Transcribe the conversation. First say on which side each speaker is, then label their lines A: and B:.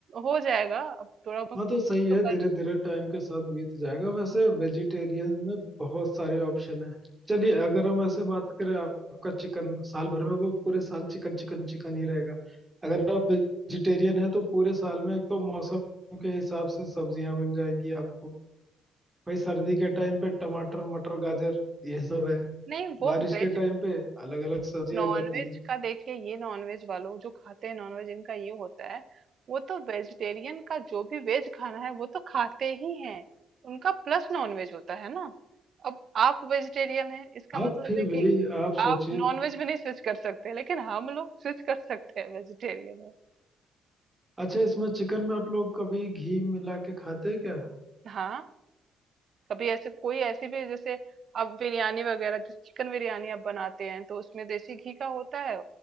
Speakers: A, on the right; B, on the right.
A: हो जाएगा, अब थोड़ा मैं
B: हाँ
A: कोशिश
B: तो सही है
A: तो कर
B: धीरे
A: रही हूँ।
B: धीरे टाइम के साथ बीत जाएगा वैसे वेजिटेरियन में बहुत सारे ऑप्शन है चलिए अगर हम ऐसे बात करें आप- आपका चिकन साल भर में वो पूरे साल चिकन चिकन चिकन ही रहेगा अगर आप वेजिटेरियन है तो पूरे साल में एक तो मौसम के हिसाब से सब्जियां मिल जाएंगी आपको भाई सर्दी के टाइम पे टमाटर मटर गाजर ये सब है
A: नहीं, वो
B: बारिश
A: वे
B: के टाइम पे अलग अलग सब्जी
A: नॉनवेज
B: आ जाती है
A: का देखिए ये नॉनवेज वालों जो खाते हैं नॉनवेज इनका ये होता है वो तो वेजिटेरियन का जो भी वेज खाना है वो तो खाते ही हैं उनका प्लस नॉनवेज होता है ना अब आप वेजिटेरियन हैं इसका
B: हाँ
A: मतलब
B: फिर
A: है
B: भी
A: कि
B: आप सोचिए
A: आप नॉनवेज भी नहीं स्विच कर सकते लेकिन हम लोग स्विच कर सकते हैं वेजिटेरियन में
B: अच्छा इसमें चिकन में आप लोग कभी घी मिला के खाते हैं क्या
A: हाँ कभी ऐसे कोई ऐसी भी जैसे आप बिरयानी वगैरह जैसे चिकन बिरयानी आप बनाते हैं तो उसमें देसी घी का होता है